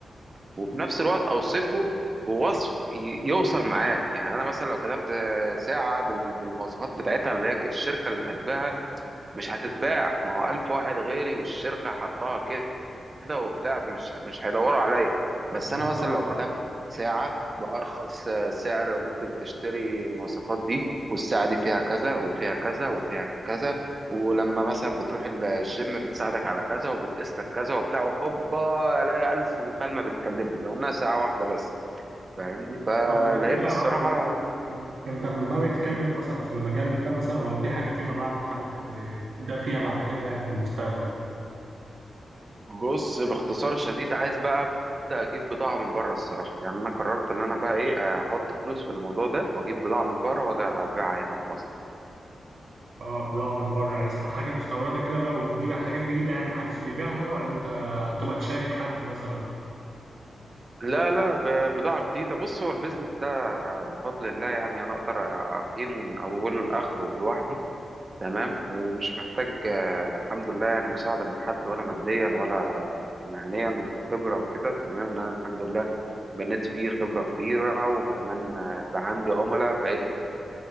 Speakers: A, on the right (about 30°); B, on the right (about 75°).
A: وفي نفس الوقت اوصفه بوصف ي- يوصل معاه يعني انا مثلا لو كتبت آه، ساعه بال- بالمواصفات بتاعتها اللي هي الشركه اللي كاتباها مش هتتباع ما هو الف واحد غيري والشركه حطها كده كده وبتاع مش مش هيدوروا عليا بس
B: بالظبط
A: انا مثلا لو كتبت
B: آه.
A: ساعة بأرخص آه، سعر ممكن تشتري المواصفات دي والساعة دي فيها كذا وفيها كذا وفيها كذا ولما مثلا بتروح الجيم بتساعدك على كذا وبتقيس لك كذا وبتاع هوبا الاقي ألف مكالمة بتكلمني لو انها ساعة واحدة بس فاهمني فلقيت
B: طب على كده يا
A: الصراحة
B: عبدو انت انت من ناوي تكمل
A: لا
B: مثلا في المجال ده مثلا ولا في حاجه فيما بعد حابب ت- تبدا فيها بعد كده يعني في المستقبل
A: بص باختصار شديد عايز بقى ابدا اجيب بضاعه من بره الصراحه يعني انا قررت ان انا بقى ايه احط فلوس في الموضوع ده واجيب بضاعه من بره واجي ابيعها هنا في مصر
B: اه بضاعه من بره يعني اسمها حاجه مستورده كده بقى وتجيب حاجات جديده يعني محدش بيبيعها ولا انت هتبقى تشارك حد مثلا
A: لا لا ب- بضاعه جديده بص هو البيزنس ده بفضل الله يعني انا اقدر اقيمه من اوله لاخره لوحدي تمام ومش محتاج آه، الحمد لله يعني مساعده من حد ولا ماديا ولا مهنيا وخبره وكده تمام لان أنا الحمد لله بنيت فيه خبرة كبيرة وكمان آه، بقى عندي عملاء بقيت